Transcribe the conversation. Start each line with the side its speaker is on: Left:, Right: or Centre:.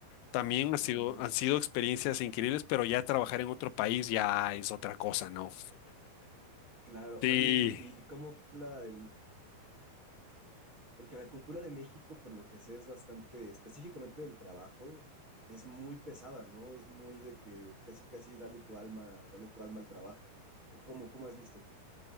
Left: también
Right: Híjole,
Left: ha sido,
Right: hermano,
Left: han sido experiencias increíbles, pero ya trabajar en otro país ya es otra cosa, ¿no?
Right: claro.
Left: Sí.
Right: Oye, ¿y, y cómo fue la, el- Porque la cultura de México, por lo que sé, es bastante, específicamente del trabajo, es muy pesada, ¿no? Es muy de que casi, casi dale tu alma, dale tu alma al trabajo, ¿no? ¿O cómo, cómo has visto tú?